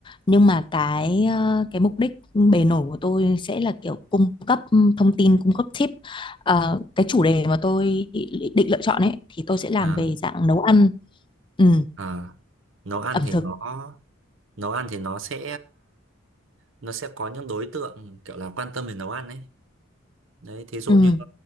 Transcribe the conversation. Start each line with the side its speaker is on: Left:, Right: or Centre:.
Left: nhưng mà cái ờ, cái mục đích bề nổi của tôi sẽ là kiểu cung cấp thông tin cung cấp tip Ờ, cái chủ đề mà tôi định, định lựa chọn ấy thì tôi sẽ làm
Right: À,
Left: về dạng nấu ăn ừ,
Right: à, nấu ăn
Left: ẩm
Right: thì
Left: thực
Right: nó nấu ăn thì nó sẽ nó sẽ có những đối tượng kiểu là quan tâm về nấu ăn ấy. đấy thí dụ
Left: ừ,
Right: như